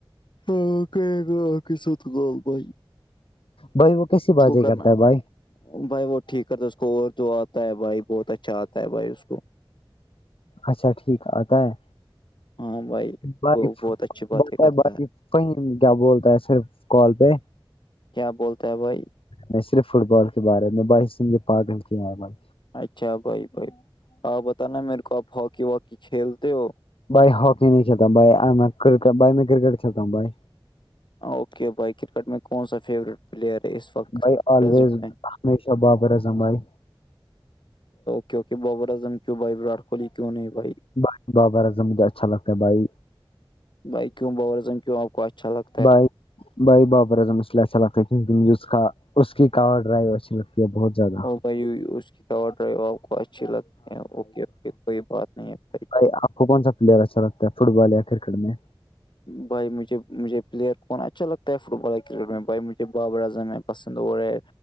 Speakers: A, on the left; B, on the left.
A: ہاں کہے گا آ کہ سال بھائی
B: بھائی وہ کیسی بازیں
A: اس کو کرنا
B: کرتا ہے بھائی
A: بھائی وہ ٹھیک کرتا اس کو اور جو آتا ہے بھائی بہت اچھا آتا ہے بھائی اس کو
B: اچھا ٹھیک آتا ہے
A: ہاں بھائی
B: بق
A: وہ بہت اچھی باتیں
B: بولتا
A: کرتا
B: ہے بقی کہیں کیا بولتا ہے صرف کال پہ
A: کیا بولتا ہے بھائی
B: میں صرف فٹ بال کے بارے میں باس سند یہ پاگل عل
A: اچھا بھائی بھائی آ بتانا میرے کو آپ ہاکی واکی کھیلتے ہو
B: بھائی ہاکی نہیں کلتا ہوں بائی میں کر بھائی میں کرکٹ کھیلتا ہوں بھائی
A: اوکے بھائی کرکٹ میں ک کون سا فیوریٹ پلیئر ہے اس وقت
B: بائی آلویز
A: پرزینٹ میں
B: ہمیشہ بابر اضم بائی
A: کیک کہ بابر اظم کیوں بھائی وراٹ کوہلی کیوں نہیں بھائی
B: بھائی بابر اعظم مجھے اچھا لگتا ہے بھائی
A: بائک کیوں باور جن کیوں اوقش چلک
B: بائے بھائی بابر اظم اسے اچھا لگتا ہے کیک کا اس کی کاور ڈرائیو اچھی لگتی ہے بہت زیادہ
A: او بھائی اس کی ک ڈرائی آپ کو اچھے لگتے ہیں اوکے اوکے کوئی بات نہیں ہے
B: بائی آپ کون سا پلیئر اچھا لگتا ہے فٹ بال یا کرکٹ میں
A: بھائی مجھے مجھے پلیئ کون اچھا لگتا ہے فٹ بال ہے کرکٹ میں بھائی مجھے بابر اظم ہے پسند وہے